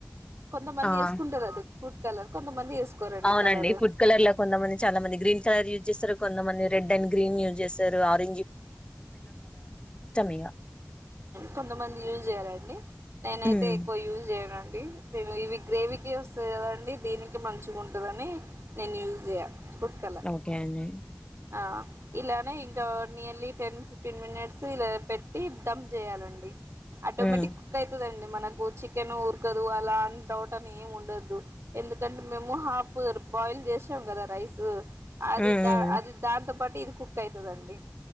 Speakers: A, on the right; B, on the left.
A: కొంతమంది
B: ఆ!
A: వేసుకుంటారు అది ఫూడ్ కలర్ కొంతమంది వేసుకోరండి
B: అవునండి
A: కలర్
B: ఫుడ్ కలర్ కొంతమంది చాలా మంది గ్రీన్ కలర్ యూజ్ చేస్తారు కొంతమంది. రెడ్ అండ్ గ్రీన్ యూస్ చేస్తారు ఆర్ ఇగ
A: కొంతమంది యూజ్ చేయాలండి నేనైతే
B: హ్మ్
A: ఎక్కువ యూజ్ చేయను. నేను ఇవి గ్రేవీకి వస్తది కదాండి దీనికి మంచిగా ఉంటందని నేను యూజ్ చేయ ఫుడ్ కలర్
B: ఓకే అన్న
A: ఆ ఇలా ఇంకా నియర్లీ టెన్ ఫిఫ్టీన్ మినిట్స్ ఇలా పెట్టి దంప్ చేయాలండి ఆటోమేటిక్
B: హ్మ్
A: కుక్ అవుతుందండి. మనకు చికెన్ ఉడుకదు అలా అ డౌట్ అని ఏమి ఉండద్దు ఎందుకంటే మేము హాఫ్ బాయిల్ చేసాం కదా రైస్ అదిద్దా
B: హ్మ్ హ్మ్
A: అది అంత పాటు ఇది కుక్ అయితుందండి